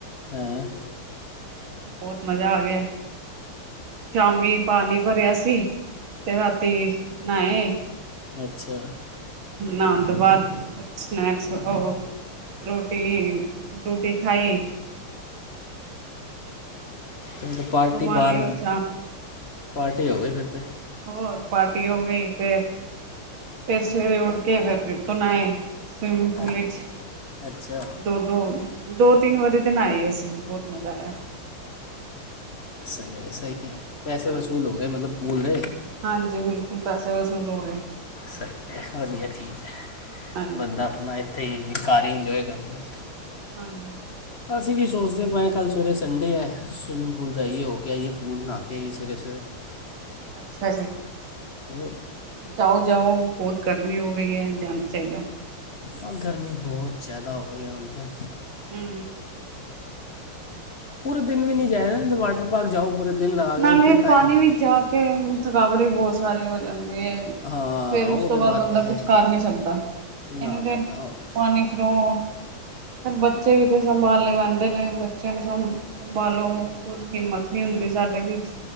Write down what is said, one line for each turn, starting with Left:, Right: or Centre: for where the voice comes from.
Left: ਹੈਂ?
Right: ਬਹੁਤ ਮਜ਼ਾ ਆ ਗਿਆ ਸ਼ਾਮੀ ਪਾਣੀ ਭਰਿਆ ਸੀ ਤੇ ਰਾਤੀ ਨਾਏ।
Left: ਅੱਛਾ।
Right: ਨਾਉਣ ਤੋਂ ਬਾਅਦ ਕੁਛ ਸਨੈਕਸ ਉਹ ਰੋਟੀ-ਰੋਟੀ ਖਾਈ।
Left: ਮਤਲਬ ਪਾਰਟੀ
Right: ਰੁਮਾਲੀ
Left: ਬਾਹਰ,
Right: ਔਰ ਚਾਪ
Left: ਪਾਰ ਟੀ ਹੋਗੀ ਫਿਰ ਤੇ।
Right: ਹੋਰ ਪਾਰਟੀ ਹੋ ਗਈ ਫਿਰ-ਫਿਰ ਸਵੇਰੇ ਉੱਠ ਕੇ ਫਿਰ-ਫਿਰ ਤੋਂ ਨਾਏ। ਸਵਿਮਿੰਗ ਪੂਲ
Left: ਅ-
Right: ਚ,
Left: ਅੱਛਾ
Right: ਦੋ-ਦੋ, ਦੋ ਤਿੰਨ ਵਾਰੀ ਤੇ ਨਾਏ ਅਸੀਂ। ਮਜ਼ਾ ਆਇਆ।
Left: ਸਹੀ ਹੈ ਸਹੀ ਹੈ ਪੈਸੇ
Right: ਹਾਂਜੀ,
Left: ਵਸੂਲ ਹੋ ਗਏ ਮਤਲਬ ਪੂਲ ਦੇ
Right: ਹੂੰ, ਹਾਂਜੀ ਬਿਲ ਪੈਸੇ ਵਸੂਲ ਹੋ ਗਏ।
Left: ਸਹੀ ਹੈ, ਵਧੀਆ ਚੀਜ਼ ਹੈ,
Right: ਹਾਂਜੀ।
Left: ਬੰਦਾ ਆਪਣਾ ਇ ਤੇ ਏ ਘਰ ਹੀ ਇੰਜੋਏ ਕਰ ਲੇ।
Right: ਹਾਂਜੀ।
Left: ਅਸੀਂ ਵੀ ਸੋਚਦੇ ਪਏ ਹਾਂ, ਕੱਲ ਸਵੇਰੇ ਸੰਡੇ ਹੈ ਸਵੀਮਿੰਗ ਪੂਲ ਜਾਈਏ ਹੋ ਕੇ ਆਈਏ ਪੂਲ, ਨਹਾ ਕੇ ਆਈਏ ਸਵੇਰੇ-ਸਵੇਰੇ।
Right: ਅੱਛਾ ਜੀ।
Left: ਹੋਰ
Right: ਜਾਓ-ਜਾਓ ਬਹੁਤ ਗਰਮੀ ਹੋ ਗਈ ਐ, ਜਾਣਾ ਚਾਹੀਦਾ ਐ।
Left: ਹਾਂ ਗਰਮੀ ਬਹੁਤ ਜ਼ਿਆਦਾ ਹੋਈ ਹੈ ਹੁਣ ਤੇ।
Right: ਹੂੰ।
Left: ਪੂਰੇ ਦਿਨ ਵੀ ਨਹੀਂ ਜਾਯਾ ਜਾਂਦਾ ਨਹੀਂ ਤੇ ਵਾਟਰ ਪਾਰਕ ਜਾਓ। ਪੂਰੇ ਦਿਨ ਲਗਾ ਕੇ
Right: ਨਾਲ
Left: ਉੱਥੇ
Right: ਇਹ
Left: ਟਾਈਮ
Right: ਪਾਣੀ ਵੀ ਜਾ ਕੇ ਥਕਾਵਟ ਵੀ ਬਹੁਤ ਸਾਰੀ ਹੋ ਜਾਂ ਦੀ ਹੈ ਤੇ
Left: ਹਾਂ
Right: ਫਿਰ
Left: ਉਹਦੇ
Right: ਉਸ ਤੋਂ ਬਾਅਦ
Left: ਵਾਸਤੇ
Right: ਬੰਦਾ
Left: ਹੈ
Right: ਕੁਛ ਕਰ ਨਹੀਂ ਸਕਦਾ,
Left: ਨਾ
Right: ਇੰਨੀ
Left: ਨਾ
Right: ਦੇਰ
Left: ਨਾ ਉਹ
Right: ਪਾਣੀ 'ਚ ਰਹੋ। ਫਿਰ ਬੱਚੇ ਵੀ ਤੇ ਸੰਭਾਲੇ ਪੈਂਦੇ ਨੇ। ਬੱਚਿਆਂ ਨੂੰ ਸੰਭ ਸੰਭਾਲੋ। ਖੁਦ ਹਿੰਮਤ ਵੀ ਹੁੰਦੀ ਸ ਸਾਡੇ ਵਿੱਚ।